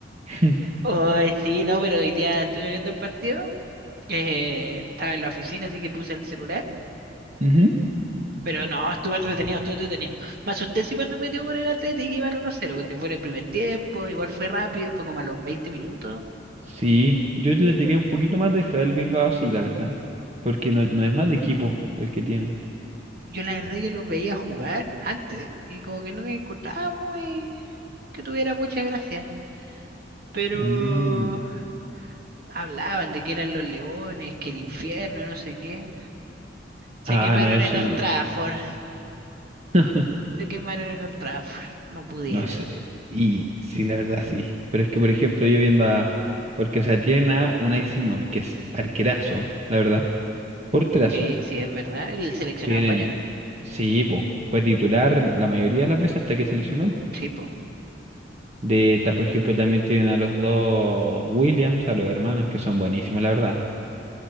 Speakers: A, on the right; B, on the right.
A: <laughs>
B: Hoy sí, no, pero hoy día estuve viendo el partido, eh, estaba en la oficina, así que puse el celular,
A: ujú.
B: pero no, estuve entretenido, estuve entretenido. Me asusté sí cuando metió por el Atlético y que iban 1-0, porque fue en el primer tiempo, igual fue rápido, fue como a los veinte minutos.
A: Sí, yo le tenía un poquito más de fe al Bilbao, sí, la verdad. Porque no, no es mal equipo el que tienen.
B: Yo la verdad que los veía jugar antes y como que no me encontraba muy que tuviera mucha gracia, pero
A: Mm.
B: Hablaban de que eran los leones, que el infierno, no sé qué. Se
A: Ah,
B: quemaron
A: no, eso
B: en Old
A: no.
B: Trafford.
A: <laughs>
B: Se quemaron en Old Trafford. No pudieron.
A: No sé. Y sí, la verdad sí. Pero es que, por ejemplo, yo viendo a... Porque, o sea, tienen a Unai Simón, que es arquerazo, la verdad. Porterazo.
B: Sí, sí, es verdad. El seleccionado
A: Tienen...
B: español.
A: Sí, po. Fue titular la mayoría de las veces hasta que se lesionó, po.
B: Sí, po.
A: De, ta- por ejemplo, también tienen a los dos Williams, a los hermanos, que son buenísimos, la verdad.